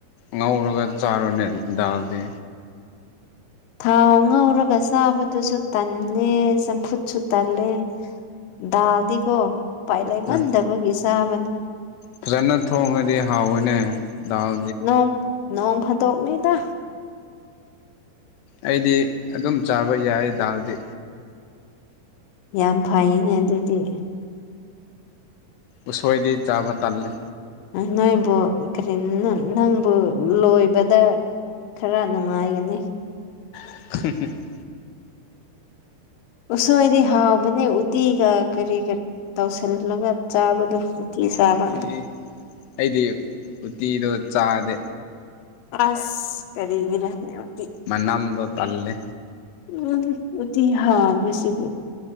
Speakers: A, on the left (about 85°); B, on the left (about 70°).
A: ꯉꯧꯔꯒ ꯆꯥꯔꯣꯅꯦ ꯗꯥꯜꯗꯤ
B: ꯊꯥꯎ ꯉꯧꯔꯒ ꯆꯥꯕꯗꯨꯁꯨ ꯇꯜꯂꯦ ꯆꯝꯐꯨꯠꯁꯨ ꯇꯜꯂꯦ ꯗꯥꯜꯗꯤꯀꯣ ꯎꯄꯥꯏ ꯂꯩꯃꯟꯗꯕꯒꯤ
A: ꯎꯝ
B: ꯆꯥꯕꯅꯤ
A: ꯐꯖꯅ ꯊꯣꯡꯉꯗꯤ ꯍꯥꯎꯕꯅꯦ ꯗꯥꯜ
B: ꯅꯣꯡ ꯅꯣꯡ ꯐꯥꯗꯣꯛꯅꯤꯗ
A: ꯑꯩꯗꯤ ꯑꯗꯨꯝ ꯆꯥꯕ ꯌꯥꯏ ꯗꯥꯜꯗꯤ
B: ꯌꯥꯝ ꯐꯩꯅꯦ ꯑꯗꯨꯗꯤ
A: ꯎꯁꯣꯏꯗꯤ ꯆꯥꯕ ꯇꯜꯂꯦ
B: ꯅꯣꯏꯕꯨ ꯀꯔꯤ ꯅꯪꯕꯨ ꯂꯣꯏꯕꯗ ꯈꯔ ꯅꯨꯡꯉꯥꯏꯒꯅꯤ
A: <inaudible>
B: ꯎꯁꯣꯏꯗꯤ ꯍꯥꯎꯕꯅꯦ ꯎꯇꯤꯒ ꯀꯔꯤꯒ ꯇꯧꯁꯤꯜꯂꯒ ꯆꯥꯕꯗꯣ ꯎꯇꯤ ꯆꯥꯕ
A: ꯏ ꯑꯩꯗꯤ ꯎꯇꯤꯗꯣ ꯆꯥꯗꯦ
B: ꯑꯁ ꯀꯔꯤꯒꯤꯔꯅꯦ ꯎꯇꯤ
A: ꯃꯅꯥꯝꯗꯣ ꯇꯜꯂꯦ
B: ꯎꯝ ꯎꯇꯤ ꯍꯥꯎꯕꯁꯤꯕꯨ